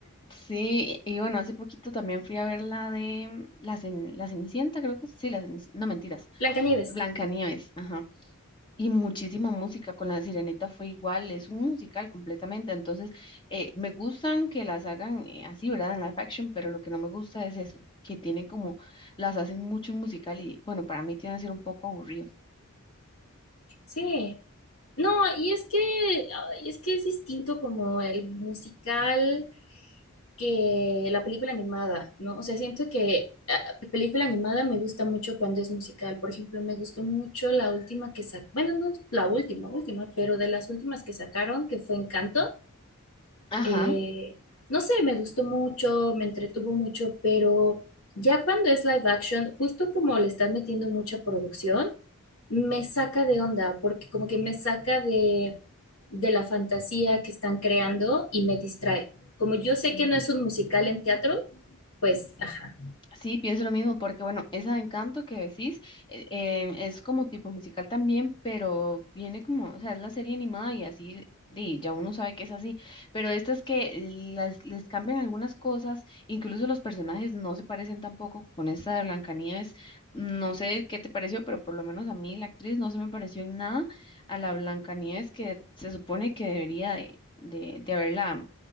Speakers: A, on the left (about 20°); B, on the left (about 70°).
A: Sí, y bueno, hace poquito también fui a ver la de la, Cen- la Cenicienta, creo que es. sí, la Cenicienta, no mentiras,
B: <laughs> Blancanieves.
A: Blancanieves, ajá. Y muchísima música, con La Sirenita fue igual, es un musical completamente, entonces eh, me gustan que las hagan eh, así, ¿verdad? En live action, pero lo que no me gusta es eso, que tienen como, las hacen mucho en musical y bueno, para mí tiene que ser un poco aburrido.
B: Sí. No, y es que, ay, es que es distinto como el musical. que la película animada, ¿no? O sea, siento que ah, película animada me gusta mucho cuando es musical. Por ejemplo, me gustó mucho la última que sacaron, bueno, no es la última, última, pero de las últimas que sacaron, que fue Encanto.
A: Ajá,
B: Eh, no sé, me gustó mucho, me entretuvo mucho, pero ya cuando es live action, justo como le están metiendo mucha producción me saca de onda, porque como que me saca de, de la fantasía que están creando y me distrae. Como yo sé
A: Sí.
B: que no es un musical en teatro, pues, ajá.
A: Sí, pienso lo mismo, porque bueno, esa de Encanto que decís eh, em, es como tipo musical también, pero viene como, o sea, es la serie animada y así, y ya uno sabe que es así, pero estas que las, les cambian algunas cosas, incluso los personajes no se parecen tampoco con esta de Blancanieves, no sé qué te pareció, pero por lo menos a mí la actriz no se me pareció en nada a la Blancanieves que se supone que debería de, de, de haberla